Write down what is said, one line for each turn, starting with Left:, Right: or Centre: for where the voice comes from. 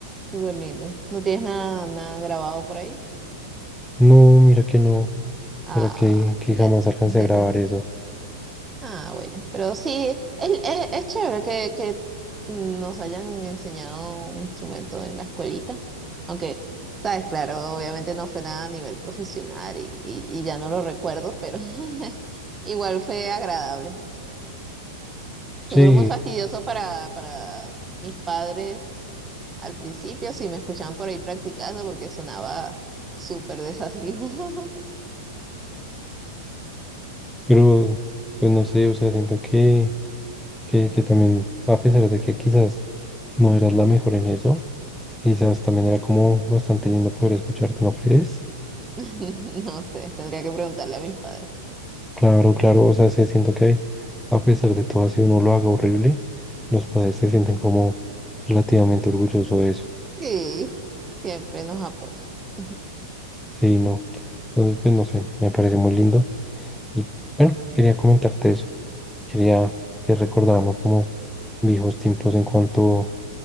Right: Súper lindo. ¿No tienes nada, nada grabado por ahí?
Centre: No, mira que no,
Right: Ah,
Centre: mira que, que
Right: qué lástima.
Centre: jamás alcancé
Right: <laughs>
Centre: a grabar eso.
Right: Ah, bueno, pero sí, es, es, es chévere que, que nos hayan enseñado un instrumento en la escuelita, aunque, sabes, claro, obviamente no fue nada a nivel profesional y, y, y ya no lo recuerdo, pero <laughs> igual fue agradable. Seguro
Centre: Sí,
Right: muy fastidioso para, para mis padres al principio, si me escuchaban por ahí practicando, porque sonaba súper desafinado. <laughs>
Centre: pero pues no sé, o sea, siento que, que, que también, a pesar de que quizás no eras la mejor en eso, Quizás también era como bastante lindo poder escucharte, ¿no crees?
Right: No sé, tendría que preguntarle a mis padres.
Centre: Claro, claro, o sea, sí siento que a pesar de todo, así uno lo haga horrible, los padres se sienten como relativamente orgullosos de eso.
Right: Sí, siempre nos apoyan. <laughs>
Centre: Sí, no. Entonces, pues no sé, me parece muy lindo. Y bueno, quería comentarte eso. Quería que recordáramos como viejos tiempos en cuanto,